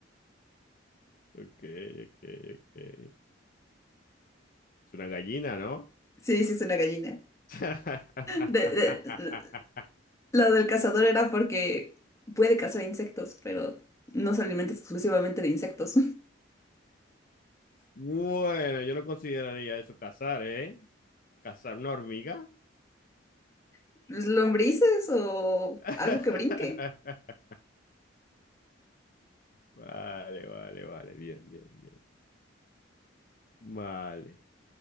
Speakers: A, on the left; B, on the left.
A: Ok, ok, ok. Es una gallina, ¿no?
B: sí, sí es una gallina.
A: <laughs>
B: De- de- lo del cazador era porque puede cazar insectos, pero no se alimenta exclusivamente de insectos.
A: Bueno, yo no consideraría eso cazar, ¿eh? ¿Cazar una hormiga?
B: <laughs> Lombrices o
A: <laughs>
B: algo que brinque.
A: Vale, vale, vale, bien, bien, bien. Vale.